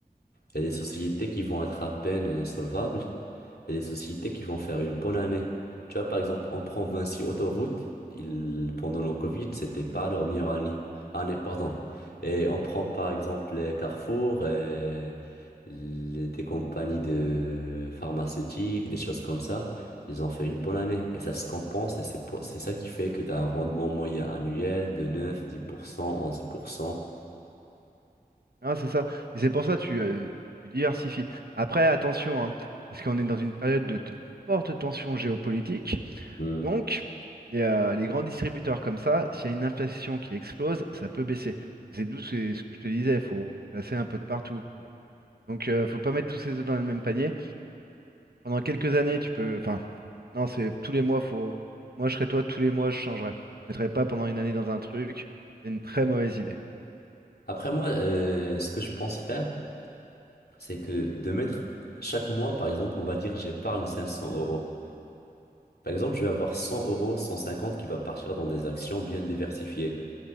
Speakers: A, on the left; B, on the right.
A: Il y a des sociétés qui vont être à peine euh, solvables. Il y a des sociétés qui vont faire une bonne année. Tu vois, par exemple, on prend Vinci Autoroute. Ils, pendant le Covid, c'était pas leur meilleure année. Année, pardon. Et on prend par exemple les Carrefour, et les- des compagnies de pharmaceutiques, des choses comme ça. Ils ont fait une bonne année et ça se compense et c'est pour- c'est ça qui fait que tu as un rendement moyen annuel de 9, 10%, 11%.
B: Hein, c'est ça. Et c'est pour ça que tu, euh, tu diversifies. Après, attention, hein, parce qu'on est dans une période de t- forte tension géopolitique.
A: Hmm.
B: Donc, les, euh, les grands distributeurs comme ça, s'il y a une inflation qui explose, ça peut baisser. C'est d'où c'est ce que je te disais, il faut, faut placer un peu de partout, tu vois. Donc, euh, faut pas mettre tous ses œufs dans le même panier. Pendant quelques années, tu peux, enfin, Non, c'est tous les mois, faut. Moi, je serais toi, tous les mois, je changerais. Je mettrais pas pendant une année dans un truc. C'est une très mauvaise idée.
A: Après moi, euh, ce que je pense faire, c'est que de mettre chaque mois, par exemple, on va dire j'épargne 500 euros. Par exemple, je vais avoir 100 euros, 150 qui va partir dans des actions bien diversifiées.